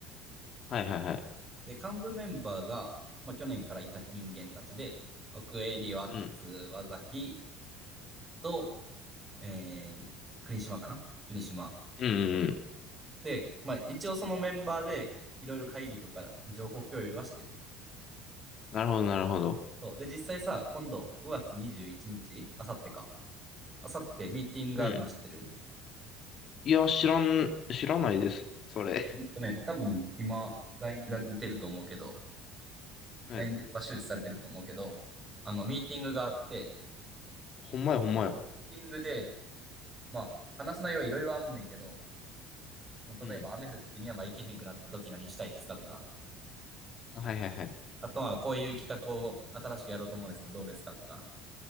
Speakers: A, on the left; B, on the right.
A: はいはいはい。
B: で、幹部メンバーが、まあ、去年からいた人間たちで、奥江、理ワッツ、
A: うん。
B: 和崎と、えー、国島かな国島。
A: うんうんうん。
B: で、まあ、一応そのメンバーで、いろいろ会議とか情報共有はしてる。
A: なるほどなるほど。
B: そう。で、実際さ、今度5月21日、あさってか。あさってミーティングがあるの知ってる
A: うん。いや、知らん、知らないです。それ。
B: えっとね、多分今、LINE が出てると思うけど、
A: <laughs> はい。
B: LINE で今周知されてると思うけど、あの、ミーティングがあって、
A: ほんまやほんまや。
B: そのミーティングで、まあ、話す内容はいろいろあんねんけど、もう例えば雨降って深山行けへんくなった時何したいですかとか、
A: うん。はいはいはい。
B: あとまあこういう企画を新しくやろうと思うんですけどどうですかとか、